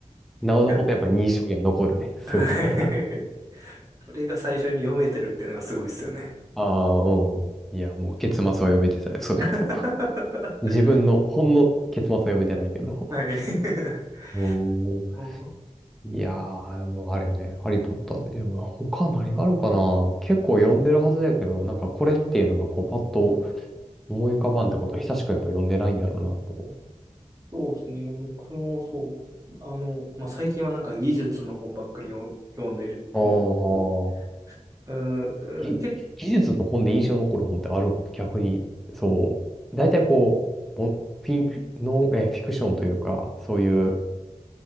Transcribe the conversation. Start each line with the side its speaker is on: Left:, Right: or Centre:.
Centre: なおのことやっぱ印象には残るね。
Right: いや、
Centre: そういう意味では。
Right: <laughs> はい。それが最初に読めてるっていうのがすごいですよね。
Centre: <laughs> ああ、うん。いや、もう結末は読めてたよ、そういう意味では。
Right: <laughs>
Centre: 自分の、ほんの結末は読めてないけど。
Right: はい。<laughs>
Centre: おん
Right: うん
Centre: いやー、でもあれやね、ハリーポッターで、でも他何があるかな結構読んでるはずだけど、なんかこれっていうのがこうパッと思い浮かばんってことは久しくやっぱ読んでないんだろうなと。
Right: そう、そうですね。僕もそう。あの、まあ、最近はなんか技術の本ばっかりよ読んでるんですけど、
Centre: ああ、
Right: うん、うんけ、
Centre: ぎ技術の本で印象に残る本ってあるの逆に。そう。大体こう、もフィンク、ノン、えー、フィクションというか、そういう、